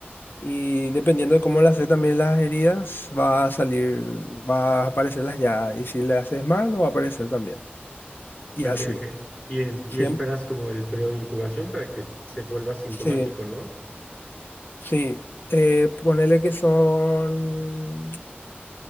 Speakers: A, on the left; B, on the left.
A: Y dependiendo de cómo le haces también las heridas, va a salir, va a aparecer las llagas. Y si le haces mal, no va a aparecer también. Y
B: Ok,
A: así.
B: ok. Y, en-
A: Siempre.
B: y esperas como el periodo de incubación para que se vuelva sintomático,
A: Sí,
B: ¿no?
A: sí. Eh, ponele que son...